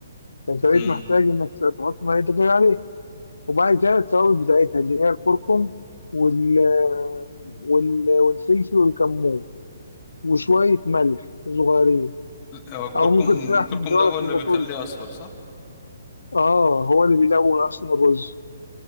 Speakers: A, on the left; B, on the left.
A: فانت بقيت
B: امم
A: محتاج انك تحط ميه دجاج عليه وبعد كده التوابل بتاعتها اللي هي الكركم وال وال والفلفل والكمون وشوية ملح صغيرين
B: هو الكركم
A: أو ممكن تلاح
B: الكركم
A: من دولك
B: ده هو اللي
A: من ده
B: بيخليه
A: كله
B: اصفر صح
A: آه هو اللي بيلون أصلا الرز